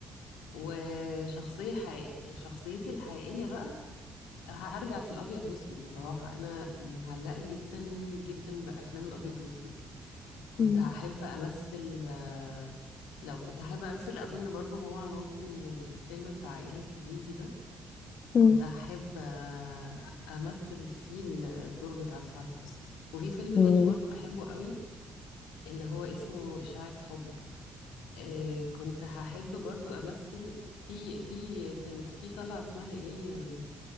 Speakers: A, on the left; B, on the left.
A: وشخصية حقيقية شخصيتي الحقيقية بقى هرجع في الأبيض وأسود بصراحة أنا متعلقة جدا جدا بأفلام الأبيض وأسود كنت
B: مم.
A: هحب أمثل آه، لو كنت هحب أمثل أظن برضو هو ممكن الفيلم بتاع عائلة زيزي ده
B: مم.
A: كنت هحب آه، أمثل فيه الدور بتاع سعاد حسني وفي فيلم
B: مم.
A: تاني برضو بحبه قوي اللي هو اسمه إشاعة حب آه، كنت هحب برضو أمثل في في كانت في طلعة اسمها ايه